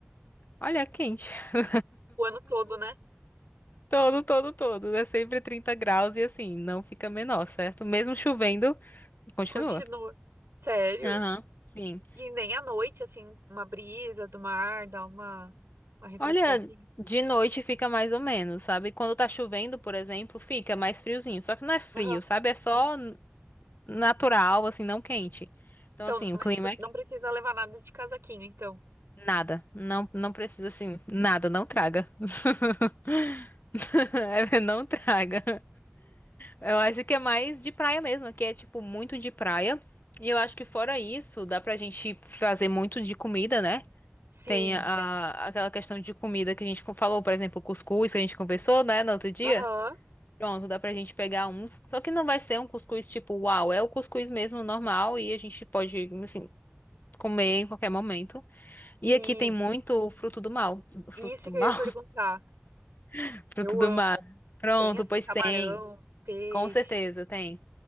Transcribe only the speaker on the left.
Olha, é quente. <laughs>
Todo, todo, todo. É sempre 30 graus e assim, não fica menor, certo? Mesmo chovendo, continua.
Aham, sim.
Olha, de noite fica mais ou menos, sabe? Quando tá chovendo, por exemplo, fica mais friozinho. Só que não é frio,
sabe? É só n- natural, assim, não quente. Então,
assim,
o clima
é
Nada. Não, não precisa assim. Nada, não traga. <laughs> <laughs> Não traga. Eu acho que é mais de praia mesmo, que é tipo muito de praia. E eu acho que fora isso, dá pra gente fazer muito de comida, né?
Tem a, aquela questão de comida que a gente falou, por exemplo, cuscuz que a gente conversou, né, no outro dia.
Pronto, dá pra gente pegar uns. Só que não vai ser um cuscuz tipo, uau, é o cuscuz mesmo normal e a gente pode, assim, comer em qualquer momento. E
aqui tem muito fruto do mal. Fruto
do
mal?
<laughs> Fruto
do
mar. Pronto,
pois
tem.
Com certeza, tem.